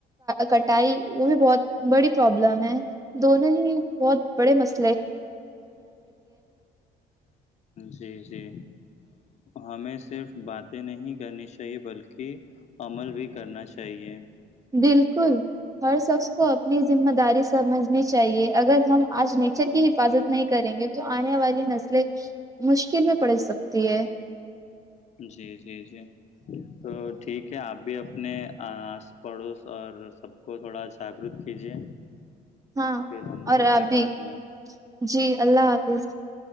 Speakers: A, on the right; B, on the left.
A: کٹائی وہ بھی بہت بڑی پرابلم ہے دونوں ہی بہت بڑے مسئ
B: جی جی ہمیں صرف باتیں نہیں کرنی چاہیے بلکہ عمل بھی کرنا چاہیے
A: بالکل ہر شخص کو اپنی ذمہ داری سمجھ چاہیے اگر ہم آج نیچر کی حفاظت نہیں کریں گے تو آنے والی نسلیں مشکل میں پڑ سکتی ہے
B: جی جی جی تو ٹھیک ہے آپ بھی اب اپنے آس پڑوس اور سب کو تھوڑا جاگرت کیجیے
A: ہاں
B: پھر ہم ملتے
A: اور ابھی
B: ہیں بعد میں
A: جی اللہ حافظ